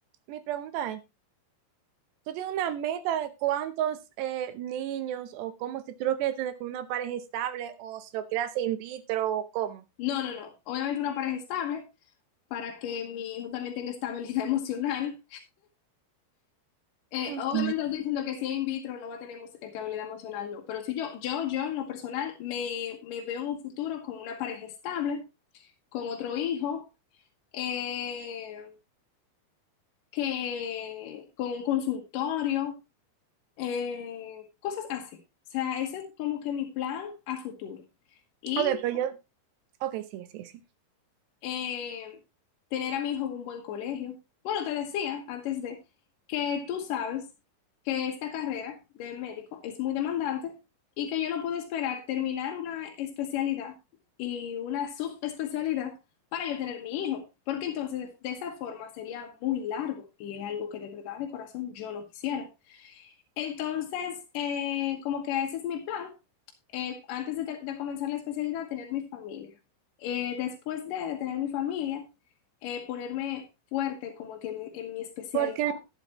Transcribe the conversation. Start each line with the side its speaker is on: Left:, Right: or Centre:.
Right: mi pregunta es, ¿tú tienes una meta de cuántos eh, niños o cómo si tú lo quieres tener con una pareja estable o si lo quieres hacer in vitro o cómo?
Left: No, no, no. Obviamente una pareja estable. para que mi hijo también tenga estabilidad <laughs> emocional. Eh,
Right: Ok.
Left: obviamente no estoy diciendo que si es in vitro no va a tener emo- estabilidad emocional, no, pero si yo, yo, yo en lo personal me, me veo en un futuro con una pareja estable, con otro hijo, eh, que con un consultorio, eh, cosas así. O sea, ese es como que mi plan a futuro. Y
Right: Ok, pero yo, ok, sigue, sigue, sigue.
Left: eh, tener a mi hijo en un buen colegio. Bueno, te decía antes de que tú sabes que esta carrera de médico es muy demandante y que yo no puedo esperar terminar una especialidad y una subespecialidad para yo tener mi hijo, porque entonces de, de esa forma sería muy largo y es algo que de verdad, de corazón, yo no quisiera. Entonces, eh, como que ese es mi plan. eh, antes de, ter- de comenzar la especialidad, tener mi familia. Eh, después de, de tener mi familia, eh, ponerme fuerte como que en, mi en mi especialidad.
Right: Porque,